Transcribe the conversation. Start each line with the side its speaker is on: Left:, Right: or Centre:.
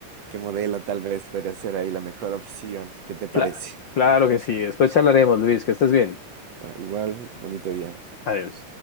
Right: qué modelo tal vez podría ser ahí la mejor opción. ¿Qué te parece?
Left: Claro, claro que sí. Después charlaremos, Luis, que estés bien.
Right: Ah, igual, bonito día.
Left: Adiós.